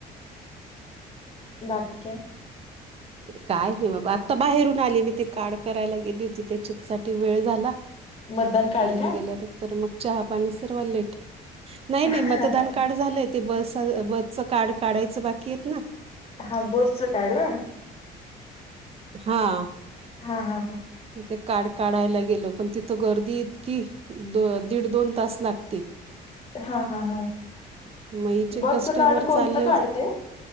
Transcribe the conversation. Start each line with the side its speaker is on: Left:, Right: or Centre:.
Left: बाकी काय?
Right: काय नाही बाबा. आता बाहेरून आली मी. ते काड करायला गेली होती. त्याच्यातसाठी वेळ झाला.
Left: मतदान कार्ड
Right: बाहेर
Left: का?
Right: गेल्यानंतर मग चहापाणी सर्व लेट. नाही - नाही
Left: हा
Right: मतदान
Left: हा
Right: काढ झालंय. ते बस- बसच कार्ड काढायचं बाकीयेत ना.
Left: हा, बसच कार्ड होय.
Right: हा.
Left: हा, हा, हा.
Right: ते काड काढायला गेलो. पण तिथं गर्दी इतकी दो दीड - दोन तास लागतील.
Left: हा हा हा
Right: म हीचे
Left: बसचं
Right: कस्टमर
Left: कार्ड कोणतं
Right: चालले
Left: कार्ड ते?